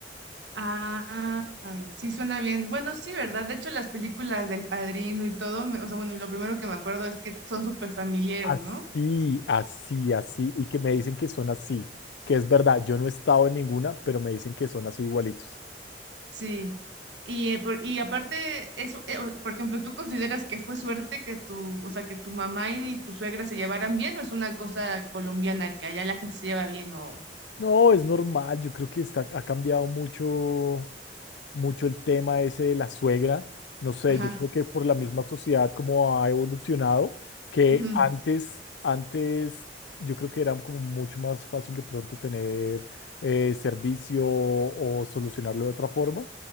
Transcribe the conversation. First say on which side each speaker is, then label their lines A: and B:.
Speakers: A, on the right; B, on the left.
A: Ah, sí suena bien. Bueno, sí, ¿verdad? De hecho, las películas del Padrino y todo, me- o sea, bueno, lo primero que me acuerdo es que son súper familiares,
B: Así,
A: ¿no?
B: así, así, y que me dicen que son así, que es verdad, yo no he estado en ninguna, pero me dicen que son así igualitos.
A: Sí. Y, eh, por- y aparte, eso, eh, o- por ejemplo, ¿tú consideras que fue suerte que tu, o sea, que tu mamá y tu suegra se llevaran bien o es una cosa colombiana que allá la gente se lleva bien o...
B: No, es normal, yo creo que está, ha cambiado mucho, mucho el tema ese de la suegra. No sé,
A: Ajá.
B: yo creo que por la misma sociedad como ha evolucionado, que
A: ujú,
B: antes, antes yo creo que era como mucho más fácil de pronto tener eh, servicio o solucionarlo de otra forma.